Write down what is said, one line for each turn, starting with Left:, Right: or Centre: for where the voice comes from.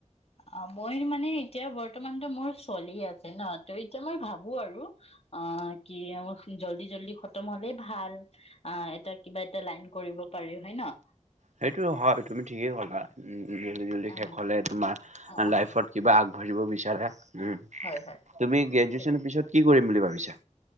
Left: অ মই মানে এতিয়া বৰ্তমানতো মোৰ ছোৱালী আছে ন ত এতিয়া মই ভাবো আৰু, অ কি জল্ডি জল্ডি খতম হলেই ভাল, অ এটা কিবা এটা লাইন কৰিব পাৰি হয় ন।
Right: সেইটো হয় তুমি ঠিকেই কলা। জ জলদি
Left: অ
Right: শেষ হলে তোমাৰ
Left: অ অ
Right: লাইফত কিবা আগ- ভুজিব বিচাৰে। উম,
Left: হয় হয়
Right: তুমি গ্ৰেজুৱেচনৰ
Left: এ-
Right: পিছত কি কৰিম বুলি ভাবিছে?